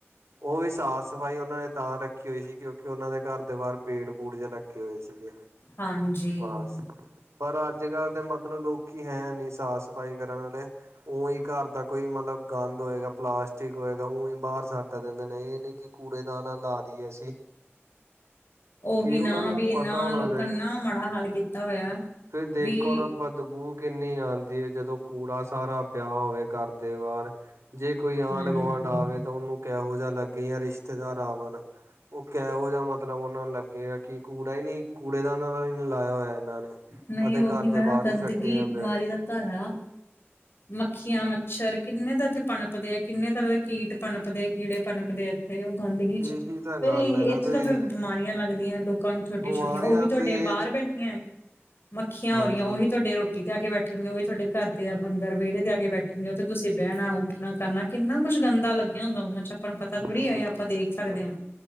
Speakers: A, on the right (about 85°); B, on the left (about 55°).
A: ਉਹ ਵੀ ਸਾਫ਼- ਸਫ਼ਾਈ ਉਹਨਾਂ ਨੇ ਤਾਂ ਰੱਖੀ ਹੋਈ ਸੀ, ਕਿਉਂਕਿ ਉਹਨਾਂ ਦੇ ਘਰ ਦੇ ਬਾਹਰ ਪੇੜ- ਪੂੜ ਜੇ ਲੱਗੇ ਲੱਗੇ ਹੋਏ ਸੀਗੇ
B: ਹਾਂਜੀ
A: ਬਸ, ਪਰ ਅੱਜ- ਕੱਲ੍ਹ ਦੇ ਮਤਲਬ ਲੋਕੀ ਹੈ ਨੀ ਸਾਫ਼ -ਸਫ਼ਾਈ ਕਰਨ ਵੇਲੇ, ਉਈ ਘਰ ਦਾ ਕੋਈ ਮਤਲਬ ਗੰਦ ਹੋਏਗਾ, ਪਲਾਸਟਿਕ ਠੀਕ ਹੋਏਗਾ ਉਹੀ ਬਾਹਰ ਸੱਟ ਦਿੰਦੇ ਨੇ, ਇਹ ਨੀ ਕਿ ਕੂੜੇ ਦਾਨ ਲਾ ਦੀਏ ਅਸੀਂ।
B: ਉਹੀ
A: ਕਿ
B: ਨਾ,
A: ਉਹਨਾਂ ਨੂੰ
B: ਬੀ ਨਾ ਇਹਨਾ
A: ਪਤਾ ਹੋਣਾ
B: ਲੋਕਾਂ ਨੇ ਨਾ, ਮਾੜਾ ਹਾਲ ਕੀਤਾ ਹੋਇਆ।
A: ਤੇ ਦੇਖੋ
B: ਵੀ
A: ਨਾ ਬਦਬੂ। ਕਿੰਨੀ ਆਂਦੀ ਹੈ, ਜਦੋਂ ਕੂੜਾ ਸਾਰਾ ਪਿਆ ਹੋਵੇ ਘਾਰ ਦੇ ਬਾਹਰ ਜੇ ਕੋਈ ਆਂਢ-
B: ਹੂੰ
A: ਗੁਆਂਢ ਆਵੇ, ਤਾਂ ਉਹਨੂੰ ਕਿਹੋ ਜਿਹਾ ਲੱਗੇ ਜਾਂ ਰਿਸ਼ਤੇਦਾਰ ਆਵਣ। ਉਹ ਕਿਹੋ ਜਿਹਾ ਮਤਲਬ ਉਹਨਾ ਨੂੰ ਲੱਗੇਗਾ ਕਿ ਕੂੜਾ ਹੀ ਨਹੀਂ ਕੂੜੇ ਦਾਨ ਦਾ ਹੀ ਲਾਇਆ ਹੋਇਆ ਇਹਨਾਂ ਨੇ
B: ਨਹੀਂ
A: ਅਤੇ
B: ਉਹੀ
A: ਘਰ
B: ਨਾ
A: ਦੇ ਬਾਹਰ
B: ਗੰਦਗੀ
A: ਹੀ ਸੱਟੀ ਜਾਂਦੇ।
B: ਬਿਮਾਰੀ ਦਾ ਘਰ ਆ। ਮੱਖੀਆਂ ਮੱਛਰ ਕਿੰਨੇ ਦਾ ਇੱਥੇ ਪਨਪਦੇ ਐ ਕਿੰਨੇ ਤਰ੍ਹਾਂ ਦੇ ਕੀਟ ਪਨਪਦੇ ਐ, ਕੀੜੇ ਪਨਪਦੇ ਐ ਫਿਰ ਉਹ ਗੰਦਗੀ ਚ
A: ਇਹੀ ਤਾਂ
B: ਫਿਰ
A: ਗੱਲ ਏ ਨਾ
B: ਇੱਥੇ
A: ਤੁਸੀਂ
B: ਤਾਂ ਬਿਮਾਰੀਆਂ ਲੱਗਦੀਆਂ ਲੋਕੀਂ ਕਨ ਛੋਟੀਆਂ
A: ਬਿਮਾਰੀਆਂ
B: ਛੋਟੀਆਂ ਉਹੀ
A: ਤੁਸੀਂ
B: ਬਾਹਰ
A: ਇਹ
B: ਬੈੇ ਬੈਠੀਆਂ ਏ, ਮੱਖੀਆਂ
A: ਹਾਂਜੀ
B: ਹੋ ਰਹੀਆਂ ਉਹੀ ਤੁਹਾਡੇ ਰੋਟੀ ਤੇ ਆ ਕੇ ਬੈਠੰਗੀਆਂ ਹੁੰਆਂ ਉਹੀ ਤੁਹਾਡੇ ਘਰ ਤੇ ਆ ਅੰਦਰ ਵਿਹੜੇ ਤੇ ਆ ਕੇ ਬੈਠਣਗੀਆਂ, ਔਥੇ ਤੁਸੀਂ ਬਹਿਣਾ ਉੱਠਣਾ ਕਰਨਾ ਕਿੰਨਾ ਕੁੱਛ ਗੰਦਾ ਲੱਗੇਗਾ - ਕੀ ਹੁੰਦਾ ਉਹਨਾਂ ਚ ਆਪਾਂ ਨੂੰ ਪਤਾ
A: ਬਿਲਕੁਲ-ਬਿਲਕੁਲ।
B: ਥੋੜ੍ਹੀ ਆ ਆਪਾਂ ਦੇਖ ਸਕਦੇ ਹਾਂ।